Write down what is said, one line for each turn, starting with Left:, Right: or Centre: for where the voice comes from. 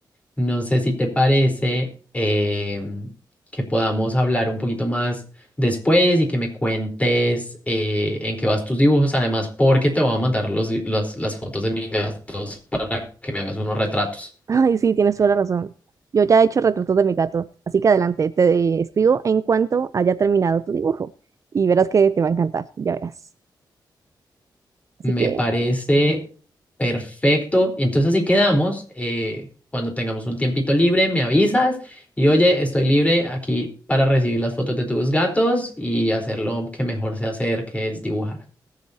Left: No sé si te parece em, que podamos hablar un poquito más después y que me cuentes eh, en qué vas tus dibujos, además, porque te voy a mandar los di- las, las fotos de mis gastos para que me hagas unos retratos.
Right: Ay, sí, tienes toda la razón. Yo ya he hecho retratos de mi gato, así que adelante, te escribo en cuanto haya terminado tu dibujo, y verás que te va a encantar, ya verás. Así
Left: Me
Right: que
Left: parece perfecto. Y entonces así quedamos. eh, cuando tengamos un tiempito libre, me avisas y oye, estoy libre aquí para recibir las fotos de tus gatos y hacer lo que mejor sé hacer, que es dibujar.